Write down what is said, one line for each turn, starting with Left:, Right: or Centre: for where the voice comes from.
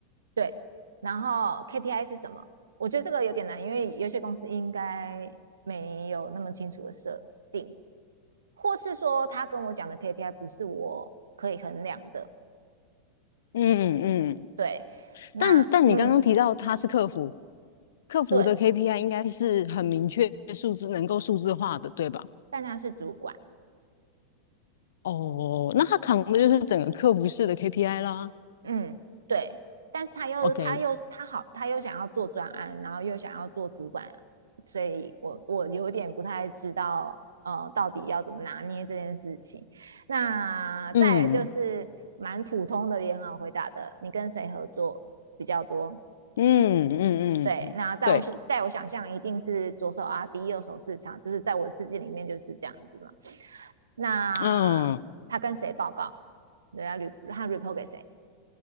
Right: 对，然后 KPI 是什么？我觉得这个有点难，因为有些公司应该没有那么清楚的设定。或是说他跟我讲的 KPI 不是我可以衡量的，
Left: 嗯嗯嗯，
Right: 对，那嗯
Left: 但但你刚刚提到他是客服，客服的
Right: 对，
Left: KPI 应该是很明确数字，能够数字化的，对吧？
Right: 但他是主管，
Left: 哦，那他扛的就是整个客服式的 KPI 啦。
Right: 嗯对，但是他又他又他好他又想要做专案，
Left: OK，
Right: 然后又想要做主管，所以我我有点不太知道呃到底要怎么拿捏这件事情。那再来就是蛮普通的也很好回答的，
Left: 嗯
Right: 你跟谁合作比较多？
Left: 嗯嗯嗯，
Right: 对，那在我是在我想象一定是左手
Left: 对，
Right: R D，右手市场，就是在我的世界里面就是这样子嘛。那
Left: 嗯
Right: 他跟谁报告？对啊，rep 他 report 给谁？